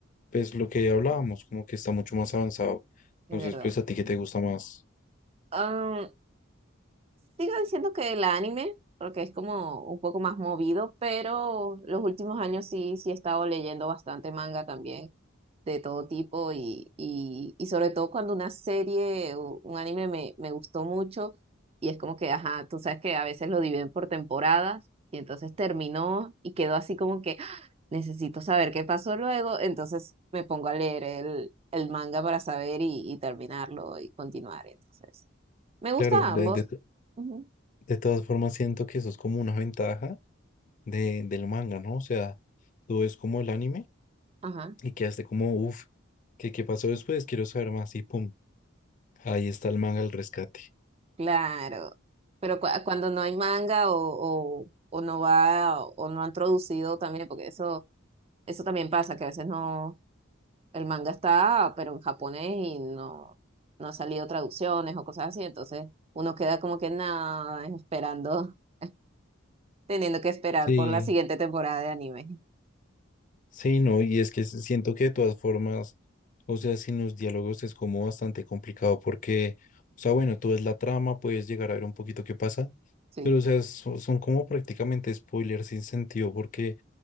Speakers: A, on the left (about 40°); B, on the right (about 30°).
A: pues lo que hablábamos, como que está mucho más avanzado. Entonces,
B: es verdad.
A: pues a ti, ¿qué te gusta más?
B: Ah, sigo diciendo que el anime, porque es como un poco más movido, pero los últimos años sí, sí he estado leyendo bastante manga también. de todo tipo y, y, y sobre todo cuando una serie o un anime me, me gustó mucho y es como que, ajá, tú sabes que a veces lo dividen por temporadas y entonces terminó y quedó así como que <gasps> ¡ah! necesito saber qué pasó luego, entonces me pongo a leer el, el manga para saber y, y terminarlo y continuar. Entonces, me gusta
A: Claro, de,
B: ambos.
A: de,
B: Ujú.
A: de todas formas siento que eso es como una ventaja de, del manga, ¿no? O sea, tú ves como el anime
B: Ajá,
A: y quedaste como, uff, ¿qué, qué pasó después? Quiero saber más y pum. Ahí está el man al rescate.
B: claro. Pero cua- cuando no hay manga o, o, o no va o no han traducido también, porque eso Eso también pasa, que a veces no, el manga está, pero en japonés y no, no ha salido traducciones o cosas así, entonces uno queda como que nada, esperando, <laughs> teniendo que esperar
A: Sí,
B: por la siguiente temporada de anime.
A: sí, no, y es que siento que de todas formas, o sea, sin los diálogos es como bastante complicado porque, o sea, bueno, tú ves la trama, puedes llegar a ver un poquito qué pasa,
B: Sí.
A: pero, o sea, so- son, como prácticamente spoilers sin sentido porque,